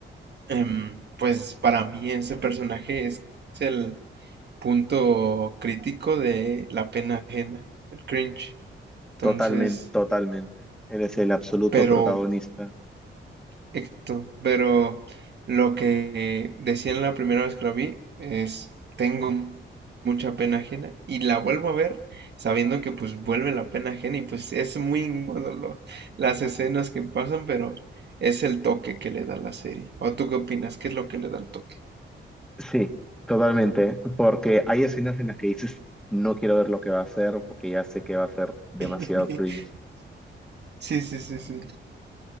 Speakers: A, on the right; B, in the centre.
A: Em, pues para mí ese personaje es, es el punto crítico de la pena ajena, el cringe. Entonces,
B: totalmente, totalmente. Eres el absoluto
A: pero
B: protagonista.
A: Exacto, pero lo que decían la primera vez que la vi es, tengo mucha pena ajena y la vuelvo a ver sabiendo que pues vuelve la pena ajena y pues es muy incómodo lo- las escenas que pasan, pero es el toque que le da la serie. ¿O tú qué opinas? ¿Qué es lo que le da el toque?
B: Sí, totalmente. Porque hay escenas en las que dices, no quiero ver lo que va a hacer porque ya sé que va a ser demasiado
A: <laughs>
B: cringe.
A: Sí, sí, sí, sí.